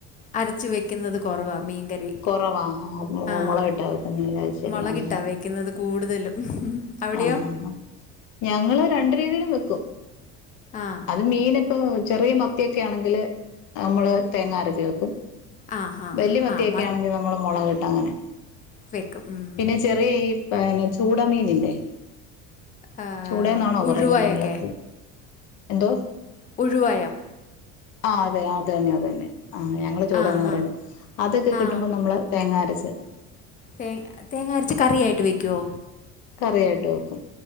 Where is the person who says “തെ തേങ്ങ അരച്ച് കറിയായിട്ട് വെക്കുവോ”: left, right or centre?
Left